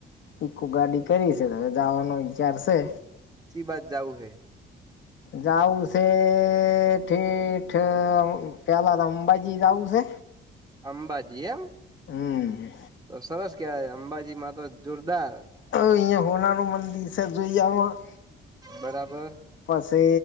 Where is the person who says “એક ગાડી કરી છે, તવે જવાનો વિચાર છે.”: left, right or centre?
Left